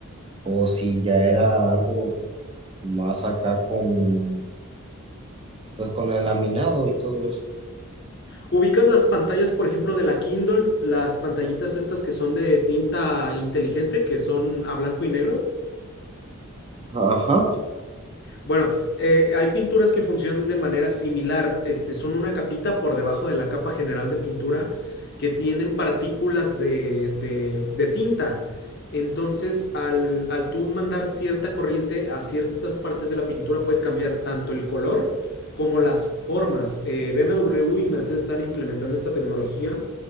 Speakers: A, on the right; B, on the left.
A: o si ya era algo más acá con, pues con el laminado y todo eso.
B: ¿Ubicas las pantallas, por ejemplo, de la Kindle, las pantallitas estas que son de tinta inteligente, que son a blanco y negro?
A: Ajá,
B: Bueno, eh, hay pinturas que funcionan de manera similar. Este, son una capita por debajo de la capa general de pintura que tienen partículas de, de- de tinta. Entonces, al, al tú mandar cierta corriente a ciertas partes de la pintura, puedes cambiar tanto el color como las formas. Eh, BMW y Mercedes están implementando esta tecnología